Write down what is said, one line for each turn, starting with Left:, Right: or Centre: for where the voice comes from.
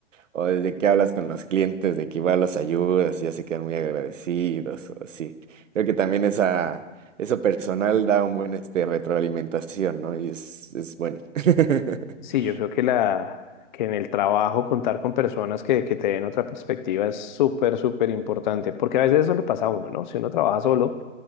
Right: O desde que hablas con los clientes de que igual los ayudas y ya se quedan muy agradecidos o así. Creo que también esa, eso personal da un buen este, retroalimentación, ¿no? Y es, es bueno. <laughs>
Left: Sí, yo creo que la que en el trabajo contar con personas que, que te den otra perspectiva es súper, súper importante, porque a veces eso le pasa a uno, ¿no? Si uno trabaja solo,